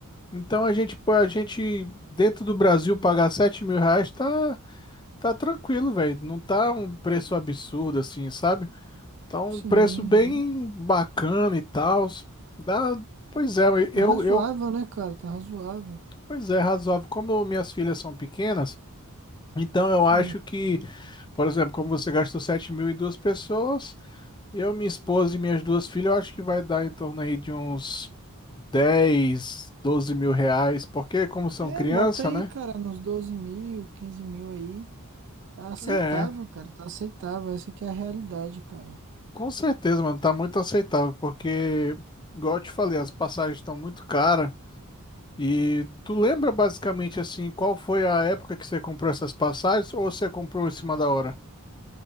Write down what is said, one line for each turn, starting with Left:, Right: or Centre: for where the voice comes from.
Left: Então a gente pô, a gente dentro do Brasil pagar 7 mil reais tá tá tranquilo, velho. Não tá um preço absurdo assim, sabe? Tá um
Right: Sim,
Left: preço bem
Right: realmente.
Left: bacana e tal. Dá, pois é,
Right: Tá
Left: eu
Right: razoável,
Left: eu
Right: né, cara? Tá razoável.
Left: pois é, razoável. Como minhas filhas são pequenas Então eu
Right: Sim.
Left: acho que, por exemplo, como você gastou 7 mil e duas pessoas, eu, minha esposa e minhas duas filhas, eu acho que vai dar em torno aí de uns 10, 12 mil reais, porque como são
Right: É,
Left: criança,
Right: bota aí,
Left: né?
Right: cara, nos doze mil, quinze mil aí. Tá aceitável,
Left: É,
Right: cara. Tá aceitável. Essa aqui é a realidade, cara.
Left: com certeza, mano, tá muito aceitável, porque, igual eu te falei, as passagens estão muito caras. E tu lembra basicamente assim, qual foi a época que você comprou essas passagens ou você comprou em cima da hora?